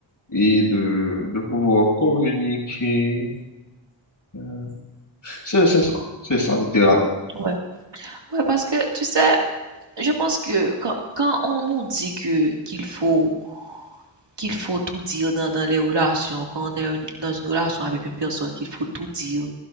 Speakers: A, on the left; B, on the right.
A: et de, de pouvoir communiquer. euh, C'est c'est ça, c'est ça littéralement.
B: Ouais. Ouais, parce que tu sais, je pense que quand, quand on nous dit que qu'il faut qu'il faut tout dire dans, dans les relations, quand on est une- dans une relation avec une personne, qu'il faut tout dire,